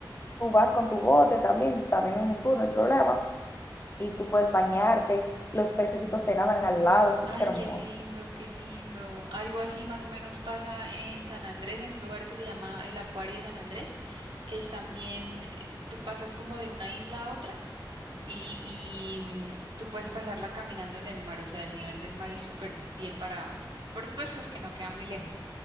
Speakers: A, on the left; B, on the right.
A: Tú vas con tu bote también, también en un tour, no hay problema, y tú puedes bañarte, los pececitos te nadan al lado, eso es
B: Ay,
A: hermoso.
B: qué lindo, qué lindo. Algo así más o menos pasa en San Andrés, en un lugar que se llama el Acuario de San Andrés, que es también, eh, tú pasas como de una isla a otra y, y mm, tú puedes pasarla caminando en el mar, o sea, el nivel del mar es súper bien para, por pues porque no queda muy lejos,